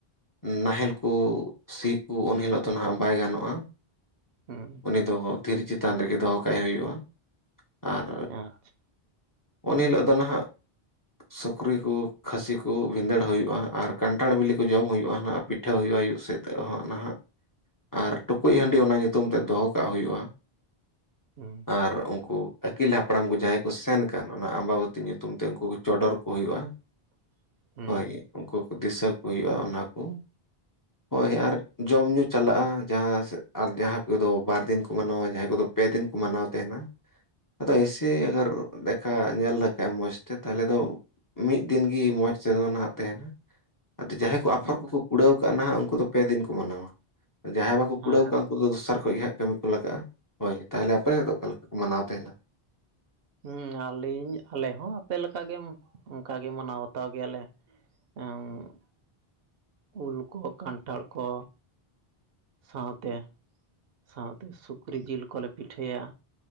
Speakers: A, on the left; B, on the right.
A: ᱱᱟᱦᱮᱞ ᱠᱚ ᱥᱤ ᱠᱚ ᱩᱱ ᱦᱤᱞᱳᱜ ᱫᱚ ᱱᱟᱦᱟᱜ ᱵᱟᱭ ᱜᱟᱱᱚᱜᱼᱟ
B: ᱦᱩᱸ
A: ᱩᱱᱤ ᱫᱚ ᱫᱷᱤᱨᱤ ᱪᱮᱛᱟᱱ ᱨᱮᱜᱮ ᱫᱚᱦᱚ ᱠᱟᱭ ᱦᱩᱭᱩᱜᱼᱟ ᱟᱨ
B: ᱟᱪᱪᱷᱟ
A: ᱩᱱ ᱦᱤᱞᱳᱜ ᱫᱚ ᱱᱟᱦᱟᱜ ᱥᱩᱠᱨᱤ ᱠᱚ ᱠᱷᱟᱹᱥᱤ ᱠᱚ ᱵᱷᱤᱸᱫᱟᱹᱲ ᱦᱩᱭᱩᱜᱼᱟ ᱟᱨ ᱠᱟᱱᱴᱷᱟᱲ ᱵᱤᱞᱤ ᱠᱚ ᱡᱚᱢ ᱦᱩᱭᱩᱜᱼᱟ ᱦᱟᱸ ᱯᱤᱴᱷᱟᱹ ᱯᱤᱴᱷᱟᱹ ᱦᱩᱭᱩᱜᱼᱟ ᱟᱭᱩᱵᱮᱫ ᱱᱟᱦᱟᱜ ᱟᱨ ᱴᱩᱠᱩᱡ ᱦᱟᱺᱰᱤ ᱚᱱᱟ ᱧᱩᱛᱩᱢ ᱧᱩᱛᱩᱢᱛᱩᱢ ᱛᱮ ᱫᱚᱦᱚ ᱠᱟᱜ ᱦᱩᱭᱩᱜᱼᱟ
B: ᱦᱩᱸ
A: ᱟᱨ ᱩᱱᱠᱩ ᱟᱹᱠᱤᱞ ᱦᱟᱯᱲᱟᱢ ᱠᱚ ᱡᱟᱦᱟᱸᱭ ᱠᱚ ᱥᱮᱱ ᱠᱟᱱ ᱚᱱᱟ ᱟᱢᱵᱟᱵᱟᱛᱤ ᱧᱩᱛᱩᱢ ᱛᱮ ᱩᱱᱠᱩ ᱪᱚᱰᱚᱨ ᱠᱚ ᱦᱩᱭᱩᱜᱼᱟ
B: <inaudible> ᱦᱩᱸ
A: ᱦᱳᱭ ᱩᱱᱠᱩ ᱫᱤᱥᱟᱹ ᱠᱚ ᱦᱩᱭᱩᱜᱼᱟ ᱚᱱᱟ ᱠᱚ ᱦᱳᱭ ᱟᱨ ᱡᱚᱢ ᱧᱩ ᱪᱟᱞᱟᱜᱼᱟ ᱡᱟᱦᱟᱸ ᱟᱨ ᱡᱟᱦᱟᱸ ᱚᱠᱚᱭ ᱫᱚ ᱵᱟᱨ ᱫᱤᱱ ᱠᱚ ᱢᱟᱱᱟᱣᱟ ᱡᱟᱦᱟᱸᱭ ᱠᱚᱫᱚ ᱯᱮ ᱫᱤᱱ ᱠᱚ ᱢᱟᱱᱟᱣ ᱛᱟᱦᱮᱱᱟ ᱟᱫᱚ ᱮᱭᱥᱮᱭ ᱟᱜᱟᱨ ᱫᱮᱠᱷᱟ ᱧᱮᱞ ᱞᱮᱠᱟᱜ ᱢᱚᱸᱡᱽ ᱛᱮ ᱛᱟᱦᱚᱞᱮ ᱫᱚ ᱢᱤᱫ ᱫᱤᱱ ᱜᱤ ᱢᱚᱡᱽ ᱛᱮᱫᱚ ᱱᱟᱦᱟᱜ ᱛᱟᱦᱮᱱᱟ ᱟᱫᱚ ᱡᱟᱦᱟᱸᱭ ᱠᱚ ᱟᱯᱚᱨ ᱠᱚᱠᱚ ᱠᱩᱲᱟᱹᱣ ᱟᱠᱟᱜᱼᱟ ᱱᱟᱦᱟᱜ ᱩᱱᱠᱩ ᱫᱚ ᱯᱮ ᱫᱤᱱ ᱠᱚ ᱢᱟᱱᱟᱣᱟ ᱡᱟᱦᱟᱸᱭ ᱵᱟ
B: ᱟᱪᱪᱷᱟ
A: ᱠᱩᱲᱟᱹᱣ ᱠᱟᱜ-ᱟ ᱩᱝᱠᱩ ᱫᱚᱥᱟᱨ ᱠᱷᱡ ᱜᱮ ᱦᱟᱸᱜ ᱠᱟᱹᱢᱤ ᱠᱚ ᱞᱟᱜᱼᱟ, ᱦᱳᱭ ᱛᱟᱦᱞᱮ ᱟᱯᱮ ᱥᱮᱫ ᱫᱚ ᱚᱠᱟ ᱞᱮᱠᱟ ᱠᱚ ᱢᱟᱱᱟᱣ ᱛᱟᱦᱮᱱᱟ
B: ᱩᱸ ᱟᱞᱤᱧ ᱟᱞᱮ ᱦᱚᱸ ᱟᱯᱮᱠ ᱜᱮ ᱚᱱᱠᱟ ᱜᱮ ᱢᱟᱱᱟᱣ ᱵᱟᱛᱟᱣ ᱜᱮᱭᱟᱞᱮ ᱩᱸ <unintelligible> ᱩᱞ ᱠᱚ ᱠᱟᱱᱴᱷᱟᱲ ᱠᱚ ᱥᱟᱶᱛᱮ ᱥᱟᱶᱛᱮ ᱥᱩᱠᱨᱤ ᱡᱤᱞ ᱠᱚᱞᱮ ᱯᱤᱴᱷᱟᱹᱭᱟ